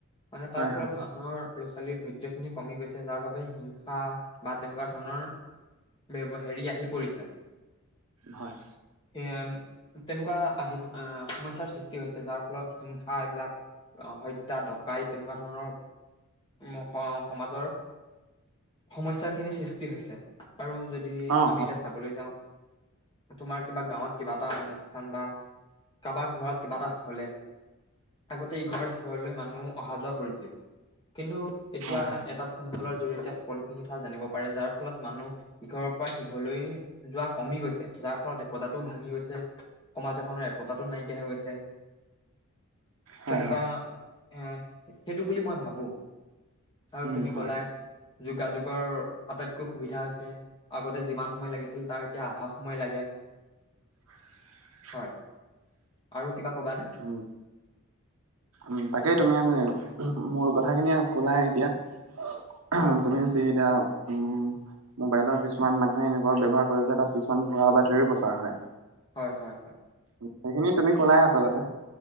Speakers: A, on the left (about 25°); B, on the right (about 85°).
A: মানে তাৰ
B: হয়
A: ফলত
B: হয়
A: মানুহৰ- ছোৱালীৰ ধৈৰ্য খিনি কমি গৈছে যাৰ বাবে হিংসা বা তেনেকুৱা ধৰণৰ- হেৰি আহি পৰিছে।
B: হয়।
A: এ তেনেকুৱা আহি আহ সমস্যাৰ সৃষ্টি হৈছে, যাৰ ফলত হিংসা এইবিলাক আহ হত্যা ডকাইদ তেনেকুৱা ধৰণৰ উ সমাজৰ সমস্যা খিনিৰ সৃষ্টি হৈছে। আৰু যদি
B: অ
A: আমি
B: হয়
A: এতিয়া চাবলৈ যাওঁ তোমাৰ কিবা গাঁৱত কিবা এটা অনুষ্ঠান বা কাৰোবাক ঘৰত কিবা এটা হলে আগতে ইঘৰ সিঘৰলৈ মানুহ অহা যোৱা কৰিছিল কিন্তু এতিয়া
B: হয় হয়
A: এটা ফুটবলৰ জৰিয়তে সকলোখিনি কথা জানিব পাৰে যাৰ ফলত মানুহ ইঘৰৰ পৰা সিঘৰলৈ যোৱা কমি গৈছে। যাৰ ফলত একতাটো ভাঙি গৈছে সমাজ এখনৰ একতাটো নাইকিয়া হৈ গৈছে। তেনেকুৱা
B: হয় হয়
A: এ সেইটো বুলি মই ভাবোঁ। আৰু
B: উম
A: তুমি কলাই
B: হয়
A: যোগাযোগৰ আটাইতকৈ সুবিধাজনক হৈছে আগতে যিমান সময় লাগিছিল তাৰ এতিয়া আধা সময় লাগে।
B: <inaudible>
A: হয় আৰু কিবা কব?
B: উম। উ তাকে তুমি <inaudible> মোৰ কথাখিনি কলা এতিয়া <unintelligible>
A: হয়
B: তুমি হৈছে এতিয়া উম, মোবাইলৰ কিছুমান মানুহে এনেকুৱা ব্যৱহাৰ কৰে যে তাত কিছুমান ভূৱা বাতৰিও প্ৰচাৰ হয়।
A: হয় হয় হয়।
B: সেইখিনি তুমি কলাই আচলতে